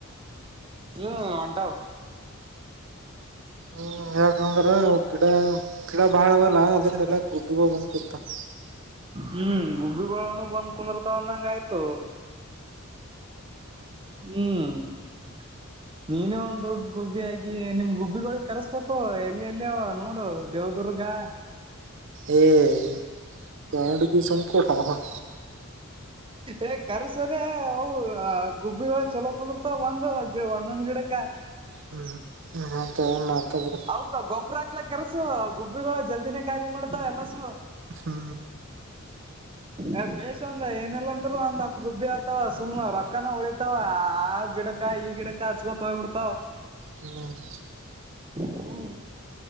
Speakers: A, on the right; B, on the right.
A: ಹ್ಮ್ ಹೊಂಟವ್.
B: ಹ್ಮ ಯಾಕಂದ್ರ ಗಿಡ ಗಿಡ ಬಾಳವಲ್ಲ ಅದ್ಕ ಎಲ್ಲ ಗುಬ್ಬಿಗಳ್ ಬಂದ್ಕುತ್ತವ್.
A: ಹ್ಮ್ ಗುಬ್ಬಿಗಳುನು ಬಂದ್ ಕುಂದ್ರತವ್ ಅಂದಂಗ ಆಯ್ತು. ಹ್ಮ್. <unintelligible> ನೀನೇ, ಒಂದ್, ದೊಡ್ಡ ಗುಬ್ಬಿ, ಆಗಿ ನಿಮ್ ಗುಬ್ಬಿಗಳಗ್, ಕರೆಸ್ಬೇಕು, ಎಲ್ಲೆಲ್ಲೋ, ನೋಡು ದೇವದುರ್ಗ. <inaudible> ಹ. <inaudible>
B: ಏ, ಗಂಡುಸುಮ್ನೆ, ಕುಂತ್ಕೊಳ. <unintelligible>
A: ಏ ಕರ್ಸೋಲೆ ಅವು ಗುಬ್ಬಿಗಳ ಚಲೋ ಕುಂದರ್ತ ಒಂದ್ ಗಿ ಒಂದೊಂದ್ ಗಿಡಕ
B: ಹ್ಮ್ ಅಂತ ಮಾತಾಡ್ಬಿಡ್ತ
A: ಅವ್ಕ ಗೊಬ್ಬ್ರ ಹಾಕ್ಲ್ಕರ್ಸು ಗುಬ್ಬಿಗಳು ಜಲ್ದಿನೇ ಖಾಲಿ ಮಾಡ್ತಾವ ಎಲ್ಲಸು.
B: ಹ್ಮ
A: ಅ ಬೇಷ್ ಅಂದ ಏನೆಲ್ಲಾಂದ್ರರು ಒಂದ್ ಹತ್ ಗುಬ್ಬಿ ಅಥವಾ ಸುಮ್ಮ್ ರೊಕ್ಕನ ಉಳಿ ಇರ್ತಾವ ಆ ಗಿಡಕ ಈ ಗಿಡಕ ಹಚ್ಕೊತ್ ಹೋಗ್ಬಿಡ್ತಾವ್
B: ಹ್ಮ್
A: ಹ್ಮ್